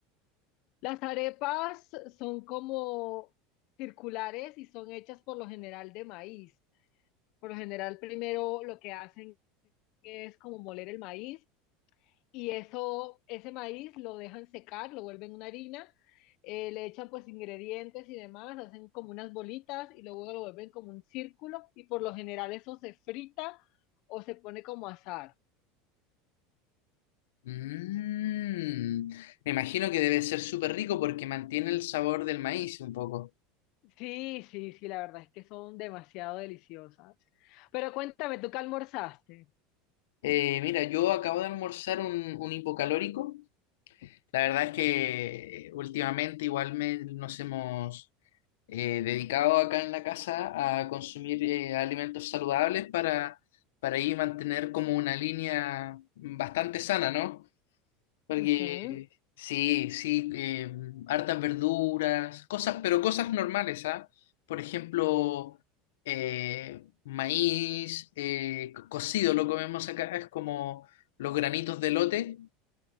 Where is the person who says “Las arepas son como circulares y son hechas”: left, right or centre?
Left